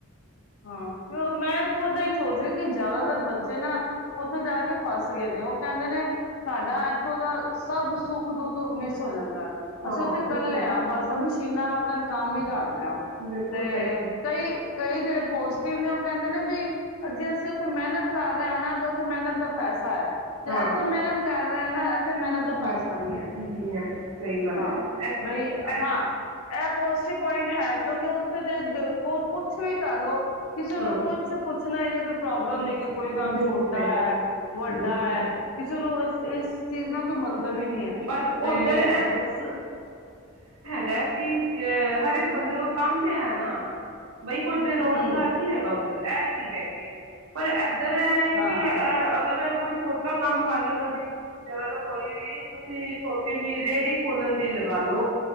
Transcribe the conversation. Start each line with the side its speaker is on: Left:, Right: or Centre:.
Left: ਹਾਂ, ਕਿ ਮੈਂ ਖੁਦ ਇਹ ਸੋਚ ਰਹੀ, ਕਿ ਜ਼ਿਆਦਾਤਰ ਬੱਚੇ ਨਾ ਉੱਥੇ ਜਾ ਕੇ ਫਸ ਗਏ ਨੇ। ਉਹ ਕਹਿੰਦੇ ਨੇ ਸਾਡਾ ਇੱਥੋਂ ਦਾ ਸਭ ਸੁੱਖ- ਦੁੱਖ ਮਿਸ ਹੋ ਜਾਂਦਾ।
Right: ਹਾਂ
Left: ਅੱਸੀਂ ਉੱਥੇ
Right: ਬਿਲਕੁਲ
Left: ਘਰ ਲਿਆ ਬਸ ਹਮਸ਼। ਚੀਨਾ ਵਖਨ ਕੰਮ ਈ ਕਰ ਰੇ ਆਂ
Right: ਬਿਲਕੁਲ
Left: ਤੇ
Right: ਸਹੀ ਗੱਲ ਹੈ।
Left: ਕਈ ਕਈ ਜੇੜੇ ਪੋਜ਼ਟਿਵ ਨੇ ਔ ਕੈੰਦੇ ਨੇ ਬਈ, ਜੇ ਅਸੀਂ ਉੱਥੇ ਮੇਹਨਤ ਕਰ ਰੇ ਆਂ ਨਾ ਤੇ ਔਥੇ ਮੇਹਨਤ ਦਾ ਪੈਸਾ ਐ। ਤੇ
Right: ਹਾਂ
Left: ਐਥੇ ਮੇਹਨਤ ਕੈਰ ਰੈ ਨਾ ਐਥੇ ਮੇਹਨਤ
Right: ਇਹ
Left: ਦਾ
Right: ਤਾਂ ਮੈਨੂੰ
Left: ਪੈਸਾ ਨੀ ਹੈ
Right: ਨਹੀਂ ਹੈ ਸਹੀ ਗੱਲ
Left: ਹਾਂ,
Right: ਹੈ ਇਹ
Left: ਬਈ
Right: ਇਹ
Left: ਹਾਂ। ਐ ਪੋਜ਼ਟਿਵ ਪੋਇੰਟ ਹੈ। ਕਿਉਂਕਿ ਔਥੇ ਤੇ ਜ ਕੋ ਕੁਛ ਕੁਛ ਵੀ ਕਰ ਲੋ। ਕਿਸੇ
Right: ਹਾਂ
Left: ਨੂੰ ਕੁਛ ਪੁੱਛਣਾ ਈ ਨ੍ਹੀਂ ਕਿ ਕੋਈ ਪ੍ਰੋਬਲਮ
Right: ਬਿਲਕੁਲ
Left: ਨੀ ਕਿ ਕੋਈ ਕੰਮ ਛੋਟਾ
Right: ਸਹੀ ਗੱਲ
Left: ਐ ਵੱਡਾ
Right: ਹਾਂ, ਬਿਲਕੁਲ
Left: ਐ,
Right: ਸਹੀ
Left: ਕਿਸੇ ਨੂੰ ਏਸ ਇਸ ਚੀਜ਼ ਨਾਲ ਕੋਈ ਮਤਲਬ
Right: ਗੱਲ
Left: ਹੀ ਨ੍ਹੀਂ ਹੈ।
Right: ਬਸ
Left: ਤੇ
Right: ਉਧਰ
Left: ਬਸ
Right: ਗੈ ਕਿ ਕ ਹਰ ਇੱਕ ਬੰਦੇ ਕੋ ਕੰਮ ਤੇ ਹੈ ਨਾ, ਬਈ ਕੋਈ ਬੇਰੋਜ਼
Left: ਹੂੰ
Right: ਸੁਧਾਰ ਨੀ ਹੈਗਾ ਉਦਾਰ ਇਹ ਚੀਜ਼ ਹੈਗੀ ਹੈ ਪਰ ਇਦ ਇਧਰ ਹੈ, ਹੈ
Left: ਹਾਂ
Right: ਕਿ ਅਗਰ ਕੋਈ ਛੋਟ ਆਪਾਂ ਕੰਮ ਕਰ ਲਗਾ ਜੀ ਜਿਨਾ ਦਾ ਕੋਈ ਵੀ ਤੁਸੀਂ ਛੋਟੀ ਜਿਹੀ ਰੇਹੜੀ ਖੋਲਣ ਦੀ ਲ ਗਾ ਲਓ,